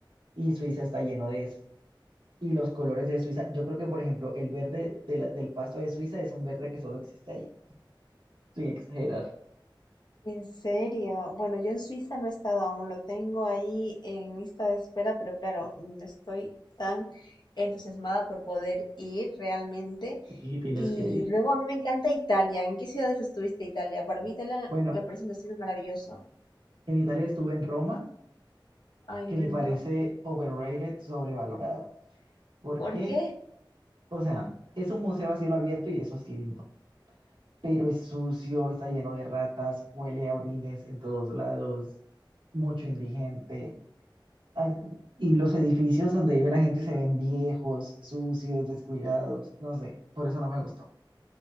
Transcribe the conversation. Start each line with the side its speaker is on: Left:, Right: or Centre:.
Right: y Suiza está lleno de eso. Y los colores de Suiza, yo creo que, por ejemplo, el verde de la- del pasto de Suiza es un verde que solo existe allá, sin exagerar.
Left: En serio, bueno, yo en Suiza no he estado aún, lo tengo ahí en lista de espera, pero claro, mm, estoy tan entusiasmada por poder ir realmente.
Right: Sí, tienes
Left: Y
Right: que ir.
Left: luego a mí me encanta Italia. ¿En qué ciudades estuviste Italia? Para mí Italia
Right: Bueno,
Left: me parece un destino maravilloso.
Right: en Italia estuve en Roma,
Left: Ay,
Right: que
Left: lindo.
Right: me parece overrated, sobrevalorado. Porque,
Left: ¿Por qué?
Right: o sea, es un museo a cielo abierto y eso es lindo, pero es sucio, está lleno de ratas, huele a orines en todos lados, mucho indigente. ah, Y los edificios donde vive la gente se ven viejos, sucios, descuidados, no sé, por eso no me gustó.